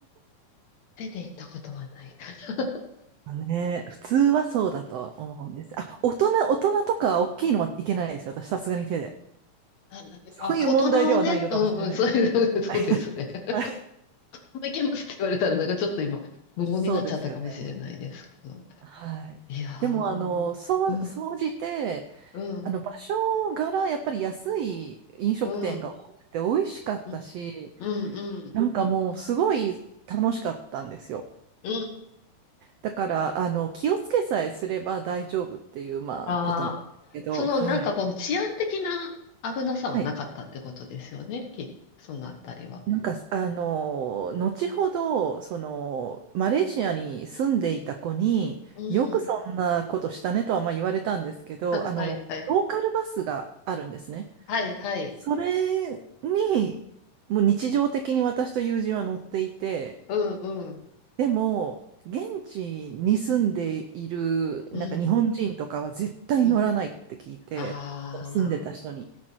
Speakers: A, on the left; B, on the right.
A: 手で行ったことはないかな。
B: ね、普通はそうだと思うんです。あ、大人、大人とか大きいのはいけないですよ。私、さすがに手で。
A: ああ大人はね、
B: そういう問題ではないのかもしれないですけど。
A: うんうん、そういう、<laughs> そうですね。
B: <laughs> はい。
A: <laughs> いけますって言われたら、なんかちょっと今、無言になっちゃったかもしれないですけど。
B: そうですよね。はい。
A: いやー、
B: でも、あの、そう、
A: うん、
B: 総じて、
A: うん、
B: あの場所柄やっぱり安い飲食店が多くて美味しかったし、
A: うん、うん、うん、うん。
B: なんかもうすごい楽しかったんですよ。
A: うん
B: だからあの気をつけさえすれば大丈夫っていうまあことなんですけど、
A: ああ、そのなんかこの治安的な危なさはなかったってことですよね、
B: はい。はい。
A: き、そのあたりは。
B: なんかあの後ほどそのマレーシアに住んでいた子によくそんなことしたねとはまあ言われたんですけど、
A: うん。<laughs>
B: あのローカルバスがあるんですね。
A: はいはい。はいはい。
B: それに、もう日常的に私と友人は乗っていて、
A: うんうん。
B: でも、現地に住んでいる、
A: うん
B: なんか日本人とかは絶対乗らないって聞いて、
A: うん。あ
B: 住んでた人に。